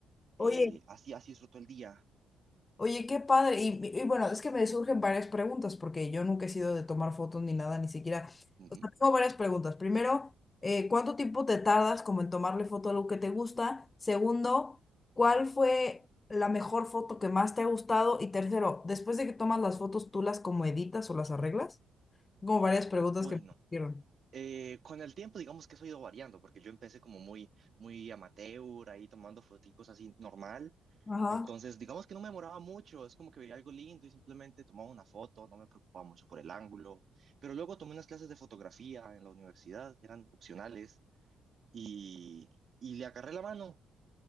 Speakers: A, on the left; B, on the right.
A: Oye,
B: eh, así, así disfruto el día.
A: Oye, qué padre. Y, y- bueno, es que me surgen varias preguntas porque yo nunca he sido de tomar fotos ni nada, ni siquiera.
B: Ujú.
A: O sea, tengo varias preguntas. Primero, eh, ¿cuánto tiempo te tardas como en tomarle foto a algo que te gusta? Segundo, ¿cuál fue la mejor foto que más te ha gustado? Y tercero, después de que tomas las fotos, ¿tú las como editas o las arreglas? Como varias preguntas
B: Bueno,
A: que me surgieron.
B: eh, con el tiempo digamos que eso ha ido variando, porque yo empecé como muy, muy amateur, ahí tomando foticos así normal.
A: Ajá,
B: Entonces, digamos que no me demoraba mucho, es como que veía algo lindo y simplemente tomaba una foto, no me preocupaba mucho por el ángulo. Pero luego tomé unas clases de fotografía en la universidad, eran opcionales, y, y le agarré la mano.